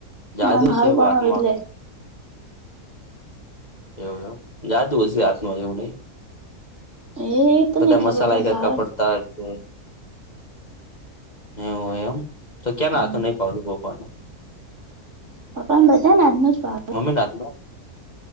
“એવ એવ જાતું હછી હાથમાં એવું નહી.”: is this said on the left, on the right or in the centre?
Left